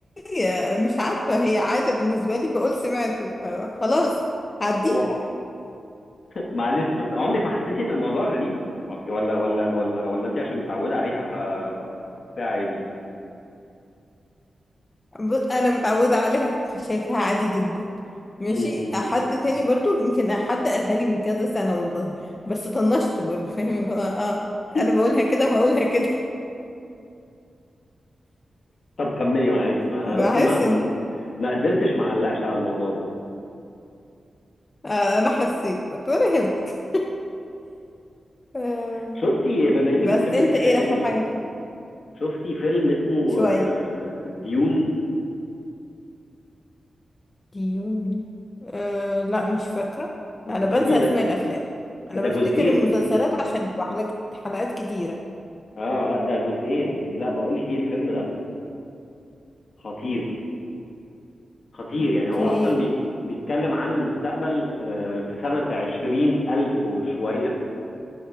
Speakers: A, on the left; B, on the left.
A: هي مش عارفة هي عادة بالنسبة لي بقول سمعته فخلاص عديها
B: و... معلش بس عمرك ما حسيتي ان الموضوع غريب ولا ولا ولا ولا انت عشان متعوده عليها ف ف- فحاساها عادي
A: ب- أنا متعودة عليها شايفها عادي جدا ماشي
B: م-
A: حد
B: م-
A: تاني برضو يمكن حد قالها لي من كذا سنة والله بس طنشته برضو فاهم اللي هو اه
B: م.
A: أنا بقولها كده وهقولها كده
B: <laughs> طب كملي معلش ما
A: <laughs>
B: انا
A: بحس
B: بس ما ما
A: إن
B: ما قدرتش ما اعلقش على الموضوع ده
A: آه أنا حسيت ولا يهمك آه،
B: شفتي بما انك
A: بس
B: بتحبي
A: أنت
B: الخيال
A: إيه
B: العلمي
A: آخر حاجة طيب،
B: شفتي فيلم اسمه
A: شوية
B: آه، ديون
A: ديون أه لا مش فاكرة
B: ده
A: أنا بنسى
B: فيه
A: أسماء الأفلام أنا
B: ده
A: بفتكر
B: جزئين
A: المسلسلات عشان بتبقى حلقات حلقات كتيرة
B: اه لا ده جزئين لا بقول لك ايه الفيلم ده خطير خطير
A: اوكي
B: يعني هو اصلا بي بيتكلم عن المستقبل آه، في سنة عشرين ألف وشوية